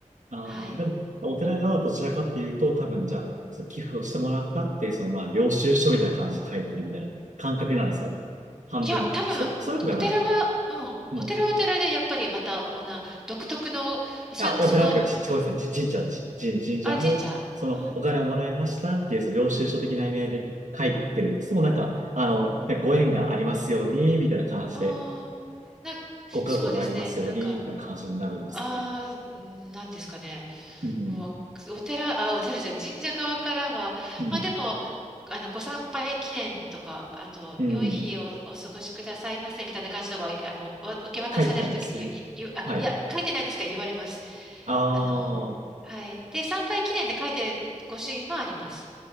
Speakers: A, on the right; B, in the centre.
A: ああ、
B: はい。
A: でも、お寺側はどちらかっていうと、多分じゃあ、その寄付をしてもらったって、そのまあ、領収書みたいな感じで書いてるみたいな感覚なんですかね。半分。
B: いや、多分、
A: そ、そういうわけじゃない。
B: お寺は、うん、
A: うん。
B: お寺はお寺でやっぱりまた、おな、独特の、そ、
A: あ、お寺っていうか、
B: その、
A: ち、ごめんなさい、ち神社、ち、神神社も、
B: あ、神社うん。
A: その、お金をもらいましたっていう、その領収書的な意味合いで書いてる。そう、なんか、あの、ねご縁がありますように、みたいな感じで、
B: ああ、な、
A: ご加護がありますように、
B: そうですね。なんか、
A: みたいな感じになるんですかね。
B: ああ、んなんですかね。
A: うん。
B: わ、お寺、あ、お寺じゃない、神社側からは、
A: うん。
B: まあでも、あの、ご参拝記念とか、あと、
A: うん。
B: 良い日をお過ごしくださいませ、みたいな感じのが、あの、わ受け渡されるときに、
A: 書いてあるんですね。
B: いいあ、
A: はい。
B: いや、書いてないですけど、言われます。
A: ああ。
B: あの、はい。で、参拝記念で書いてる御朱印もあります。